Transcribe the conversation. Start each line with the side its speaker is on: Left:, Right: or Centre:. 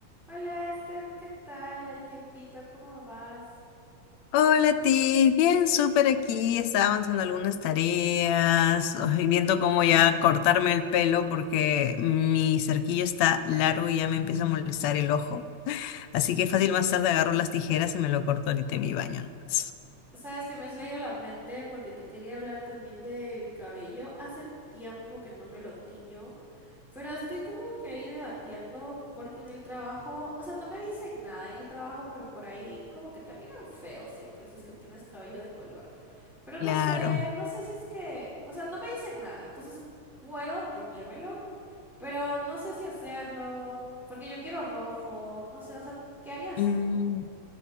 Centre: Hola, Steph, ¿qué tal? Al tiempito, ¿cómo vas?
Left: Hola, Tiff. Bien, súper aquí. Estaba avanzando algunas tareas ay, viendo cómo ya cortarme el pelo porque mi cerquillo está largo y ya me empieza a molestar el ojo. Así que fácil más tarde agarro las tijeras y me lo corto ahorita en mi baño nomás.
Centre: Sabes que me has leído la mente porque te quería hablar también del cabello. Hace tiempo que no me lo tiño, pero estoy como que ahí debatiendo porque en el trabajo, o sea, no me dicen nada en el trabajo, pero por ahí como que te miran feo siempre si es que tienes cabello de color. Pero
Left: Claro.
Centre: no sé, no sé si es que, o sea, no me dicen nada, entonces puedo teñírmelo. Pero no sé si hacerlo, porque yo quiero rojo, no sé, o sea, ¿qué harías
Left: Mm,
Centre: tú?